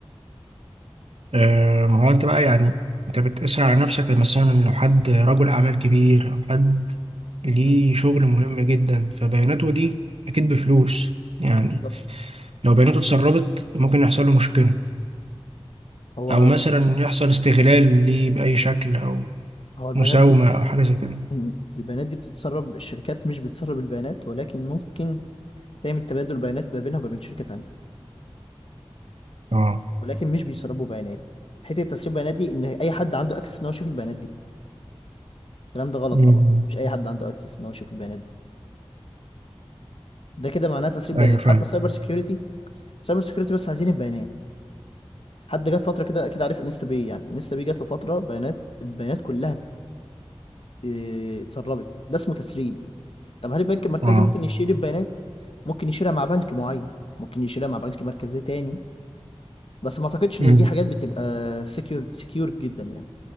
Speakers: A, on the right; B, on the left.
A: آه، ما هو انت بقى يعني انت بتقيسها على نفسك مثلا لو حد رجل اعمال كبير او حد ليه
B: مم.
A: شغل مهم جدا فبياناته دي اكيد بفلوس يعني
B: بالظبط
A: لو بياناته اتسربت ممكن يحصل له مشكلة
B: هو
A: او مثلا يحصل استغلال ليه بأي شكل او
B: هو البيانات
A: مساومة
B: دي
A: او حاجة زي كده
B: م- البيانات دي بتتسرب الشركات مش بتسرب البيانات ولكن ممكن تعمل تبادل بيانات ما بينها وما بين شركة تانية
A: اه
B: ولكن مش بيسربوا بيانات حته تسريب البيانات دي ان اي حد عنده اكسس ان هو يشوف البيانات دي الكلام ده غلط
A: أمم،
B: طبعا مش اي حد عنده اكسس ان هو يشوف البيانات دي ده كده معناه تسريب بيانات
A: ايوه فاهم
B: حتى السايبر سكيورتي سايبر سكيورتي بس عايزين البيانات حد جت فتره كده اكيد عارف انستا باي يعني انستا باي جات له فتره بيانات البيانات كلها اه، اتسربت ده اسمه تسريب طب هل البنك المركزي
A: اه
B: ممكن يشيل البيانات ممكن يشيلها مع بنك معين ممكن يشيلها مع بنك مركزي تاني بس ما اعتقدش ان
A: أمم،
B: دي حاجات بتبقى سكيور سكيور جدا يعني